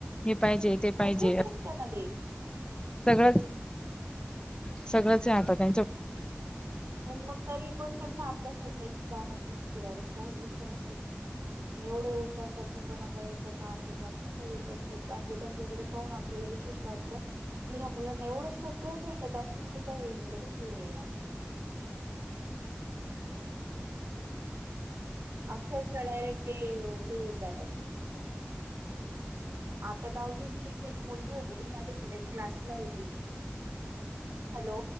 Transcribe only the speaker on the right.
सगळंच असतं ना ते.
पण मग तरी पण त्यांना अभ्यासाची अशी जाणत नसते डायरेक्ट काळजीच नसते. एवढे उठतात तप्पूपणा करायचा बापऱ्या बाप ना काय विचारतणजे त्यांच्याकडे. पान आपल्याला विशेष वाटतं. की ह्या मुलांना एवढं सगळं भेटत असून सुद्धा हे मुलं कस अस. अक्षरश ना डायरेक्ट ते हे होत जातात. आता दहावीचीच एक मुलगी होती ही माझ्याकडे क्लासला होती ती. हॅलो.